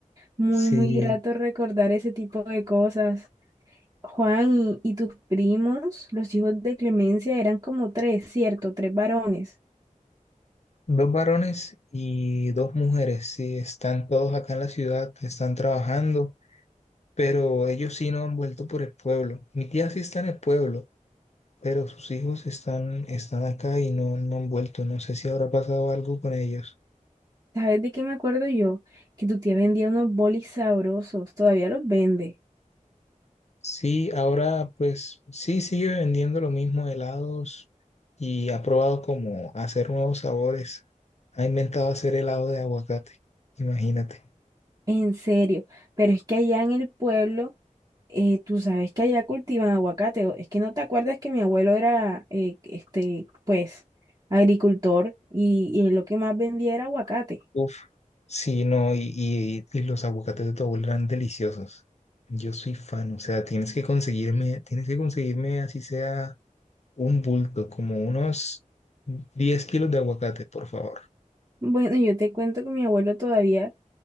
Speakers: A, on the right; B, on the left.
A: Muy,
B: sí,
A: muy grato recordar ese tipo de cosas. Juan y, y tus primos, los hijos de Clemencia, eran como tres, ¿cierto? Tres varones.
B: dos varones y dos mujeres, sí, están todos acá en la ciudad, están trabajando, pero ellos sí no han vuelto por el pueblo. Mi tía sí está en el pueblo pero sus hijos están, están acá y no, no han vuelto. No sé si habrá pasado algo con ellos.
A: ¿Sabes de qué me acuerdo yo? Que tu tía vendía unos bolis sabrosos, todavía los vende,
B: Sí, ahora pues sí sigue vendiendo lo mismo, helados, y ha probado como hacer nuevos sabores. Ha inventado hacer helado de aguacate, imagínate.
A: en serio. Pero es que allá en el pueblo, eh, tú sabes que allá cultivan aguacate. o- Es que no te acuerdas que mi abuelo era, eh, este, pues, agricultor y, y él lo que más vendía era aguacate.
B: Uf, sí, no, y, y, y los aguacates de tu abuela eran deliciosos. Yo soy fan, o sea, tienes que conseguirme, tienes que conseguirme así sea un bulto, como unos 10 kilos de aguacate, por favor.
A: Bueno, yo te cuento que mi abuelo todavía